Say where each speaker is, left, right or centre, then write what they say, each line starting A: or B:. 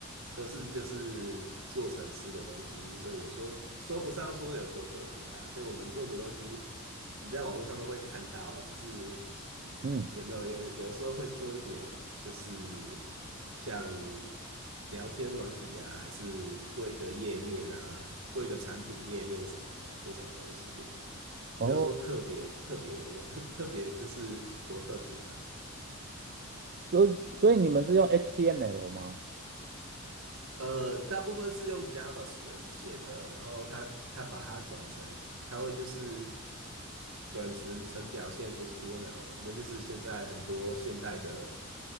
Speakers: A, on the right (about 65°); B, on the right (about 45°).
A: 都是就是做程式的东西，所以也说说不上说有多特别啊。就我们做的东西，你在网络上都会看到，只是
B: 嗯，
A: 有没有有有的时候会做一点，就是像聊天软体啊，还是做一个页面啊，做一个产品页面什么的这种东西，
B: 哦，
A: 没有说特别特别有用，<laughs> 特别就是多特别啊。
B: 所以所以你们是用 HTML 吗？
A: 呃，大部分是用 JavaScript 写的，然后它它把它转成，它会就是转成成表现 HTML 嘛，那就是现在很多现代的